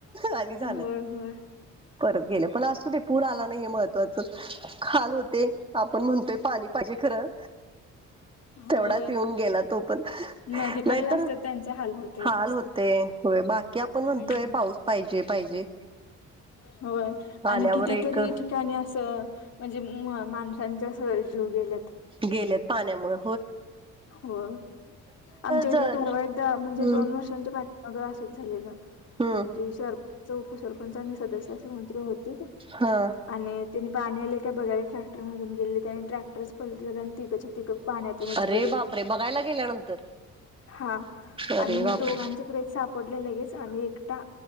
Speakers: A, on the right; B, on the left.
A: आणि झालं
B: होय होय
A: परत गेलं पण असतू ते पूर आला ना हे महत्त्वाचं खाल होते आपण म्हणतोय पाणी पाहिजे खरं
B: होय
A: तेवढाच येऊन गेला तो पण.
B: नदीकडला
A: नाहीतर
B: असतात त्यांचा हाल होतोय
A: हाल
B: जास्त
A: होते हो बाकी की आपण म्हणतोय
B: हम्म
A: पाऊस पाहिजे पाहिजे.
B: होय
A: आल्यावर
B: आणि कितीतरी
A: एक
B: ठिकाणी अस म्हणजे माणसांच्या जीव गेल्या.
A: गेलेत पाण्यामुळ
B: हो आमच्या
A: जल
B: इकडे परवा एकदा म्हणजे
A: हम्म
B: दोन वर्ष च्या पाठीमागं असच झालेलं.
A: हम्म
B: म्हणजे सरपंच उपसरपंच आणि सदस्य असे म्रि होते
A: हा
B: आणि त्यांनी पाणी आले काय बघायला ट्रॅक्टर मधून गेले आणि ट्रॅक्टर पलट झालं आणि तिघच्या तिघ पाण्यात हा च
A: अरे
B: गेली
A: बापरे बघायला गेल्यानंतर
B: हा
A: अरे
B: आणि
A: बापरे
B: दोघांच पुरेच सापडले लगेच आणि एकटा